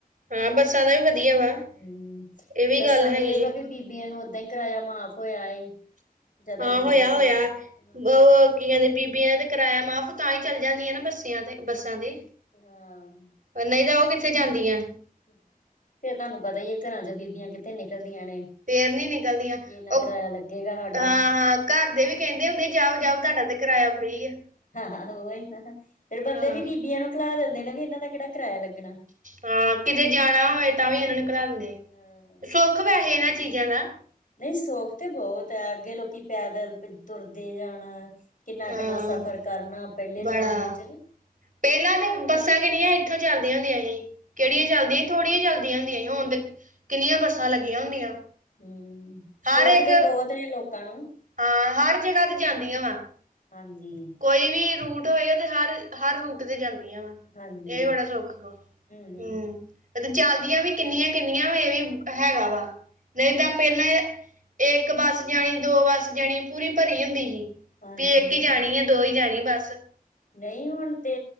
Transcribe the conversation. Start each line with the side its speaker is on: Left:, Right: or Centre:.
Right: ਹਾਂ ਬੱਸਾਂ ਦਾ ਵੀ ਵਧੀਆ ਵਾ
Left: ਹੂੰ
Right: ਇਹ ਵੀ
Left: ਬੱਸਾਂ
Right: ਗੱਲ
Left: ਦੇ
Right: ਹੈਗੀ
Left: ਬੀ
Right: ਆ
Left: ਬੀਬੀਆਂ ਨੂੰ ੳਦਾਂ ਹੀ ਕਿਰਾਇਆ ਮਾਫ ਹੋਇਆ ਏ। ਜਿਆਦਾ
Right: ਹਾਂ
Left: ਬੀਬੀਆਂ
Right: ਹੋਇਆ-ਹੋਇਆ
Left: ਨੂੰ ਹਾਂ
Right: ਓ ਗੀਆਂ ਦੇ ਬੀਬੀਆਂ ਤੇ ਕਿਰਾਇਆ ਮਾਫ ਤਾਂ ਹੀ ਚੱਲ ਜਾਂਦੀਆਂ ਨਾ ਬੱਸਿਆਂ ਤੇ ਬੱਸਾਂ ਤੇ
Left: ਹਾਂ।
Right: ਪਰ ਨਈ ਤਾਂ ਓ ਕਿੱਥੇ ਜਾਂਦੀਆਂ।
Left: ਫਿਰ ਤੁਹਾਨੂੰ ਪਤਾ ਈ ਏ ਘਰਾਂ ਚੋਂ ਬੀਬੀਆਂ ਕਿੱਥੇ ਨਿਕਲਦੀਆਂ ਨੇ।
Right: ਫਿਰ ਨੀ ਨਿਕਲਦੀਆਂ
Left: ਇੰਨਾ ਕਿਰਾਇਆ
Right: ਓ
Left: ਲੱਗੇਗਾ ਸਾਡਾ
Right: ਹਾਂ-ਹਾਂ। ਘਰ ਦੇ ਵੀ ਕੈਂਦੇ ਹੁੰਦੇ ਜਾਓ-ਜਾਓ ਤੁਹਾਡਾ ਤੇ ਕਿਰਾਇਆ ਫਰੀ ਆ।
Left: ਹਾ ਓ ਈ ਨਾ ਫੇਰ ਬੰਦੇ
Right: ਹਾਂ
Left: ਵੀ ਬੀਬੀਆਂ ਨੂੰ ਘਲਾ ਦਿੰਦੇ ਨੇ ਵੀ ਇਨਾਂ ਦਾ ਕੇੜਾ ਕਿਰਾਇਆ ਲੱਗਣਾ।
Right: ਹਾਂ ਕਿਤੇ ਜਾਣਾ ਹੋਵੇ ਤਾਂ ਵੀ ਇਨਾਂ ਨੂੰ ਘਲਾਂ ਦਿੰਦੇ
Left: ਹਾਂ
Right: ਸੁੱਖ ਵੈਸੇ ਇਨਾਂ ਚੀਜ਼ਾਂ ਦਾ।
Left: ਨਈ ਸੁੱਖ ਤੇ ਬੋਤ ਐ ਅੱਗੇ ਲੋਕੀ ਪੈਦਲ ਤੁਰਦੇ ਜਾਣਾ। ਕਿੰਨਾ-ਕਿੰਨਾ
Right: ਹਾਂ
Left: ਸਫ਼ਰ ਕਰਨਾ ਪੈਲੇ
Right: ਬੜਾ
Left: ਜ਼ਮਾਨੇ 'ਚ
Right: ਪਹਿਲਾਂ ਤਾਂ ਬੱਸਾਂ ਕਿੰਨੀਆਂ ਇੱਥੋਂ ਜਾਂਦੀਆਂ ਹੁੰਦੀਆਂ ਸੀ ਕੇੜੀਆਂ ਚੱਲਦੀਆਂ ਸੀ ਥੋੜੀਆਂ ਚਲਦੀਆਂ ਹੁੰਦੀਆਂ ਸੀ ਹੁਣ ਤੇ ਕਿੰਨੀਆਂ ਬੱਸਾਂ ਲੱਗੀਆਂ ਹੁੰਦੀਆਂ
Left: ਹਮ
Right: ਹਰ
Left: ਸੁੱਖ
Right: ਇੱਕ
Left: ਤੇ ਬਹੁਤ ਨੇ ਲੋਕਾਂ ਨੂੰ
Right: ਹਾਂ ਹਰ ਜਗ੍ਹਾ ਤੇ ਜਾਂਦੀਆਂ ਵਾ।
Left: ਹਾਂਜੀ
Right: ਕੋਈ ਵੀ ਰੂਟ ਹੋਏ ਤੇ ਹਰ-ਹਰ ਰੂਟ ਤੇ ਜਾਂਦੀਆਂ ਵਾ।
Left: ਹਾਂਜੀ
Right: ਏ ਬੜਾ ਸੁਖ ਵਾ
Left: ਹਮ ਹਮ
Right: ਹੂੰ ਤੇ ਚਲਦੀਆਂ ਵੀ ਕਿੰਨੀਆਂ- ਕਿੰਨੀਆਂ ਏ ਵੀ ਹੈਗਾ ਵਾ ਨਈ ਤਾਂ ਪੈਨੇ। ਇੱਕ ਬੱਸ ਜਾਣੀ ਦੋ ਬੱਸ ਜਾਣੀ ਪੂਰੀ ਭਰੀ ਹੁੰਦੀ ਹੀ।
Left: ਹਾਂਜੀ
Right: ਵੀ ਇੱਕ ਹੀ ਜਾਣੀ ਆ ਦੋ ਹੀ ਜਾਣੀ ਬਸ
Left: ਨਈ ਹੁਣ ਤੇ